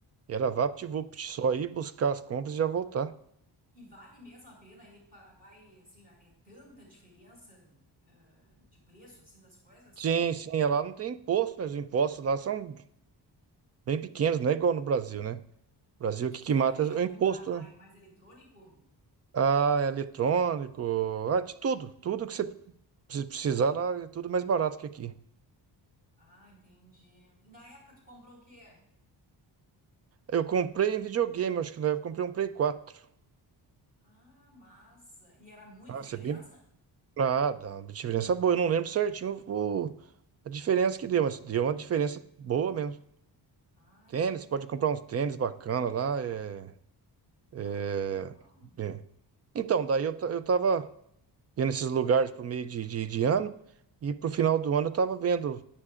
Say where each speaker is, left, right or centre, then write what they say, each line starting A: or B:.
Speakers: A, on the right (about 35°); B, on the right (about 20°).
A: Era VaptVupt, só ir buscar as compras e já voltar.
B: E vale mesmo a pena ir para o Paraguai, assim, é tanta diferença de preço, assim, das coisas?
A: Sim, sim, é lá não tem imposto, né? Os impostos lá são bem pequenos, não é igual no Brasil, né? No Brasil,
B: E o
A: o
B: que
A: que
B: que
A: que mata
B: vale a pena
A: é o imposto,
B: comprar lá?
A: né?
B: É mais eletrônico?
A: Ah, é eletrônico, ah, de tudo. Tudo que você pre- precisar lá é tudo mais barato que aqui.
B: Ah, entendi. E na época tu comprou o quê?
A: Eu comprei em videogame, acho que na época eu comprei um Play 4.
B: Ah, massa. E era muita
A: Ah,
B: diferença?
A: você bem. Ah, dá uma diferença boa. Eu não lembro certinho o... a diferença que deu, mas deu uma diferença boa mesmo.
B: Ah,
A: Tênis,
B: entendi.
A: pode comprar uns tênis bacana lá. É... É...
B: Ah, que legal.
A: é. Então, daí eu, ta- eu tava. ia nesses lugares por meio de, de, de ano. E pro final do ano eu tava vendo,